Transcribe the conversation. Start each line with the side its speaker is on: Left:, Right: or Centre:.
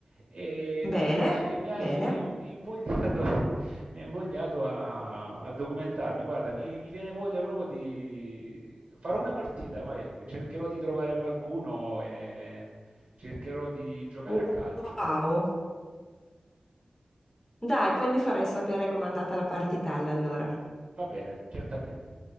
Right: e
Left: bene,
Right: mi hai invogli- e mi hai
Left: bene.
Right: invogliato mi ha invogliato a, a documentarmi. Guarda, mi, mi viene voglia proprio di... Farò una partita, vai, cercherò di trovare qualcuno e cercherò di giocare
Left: Wow.
Right: a calcio.
Left: Dai, poi mi farai sapere com'è andata la partitella allora.
Right: Va bene, certamente.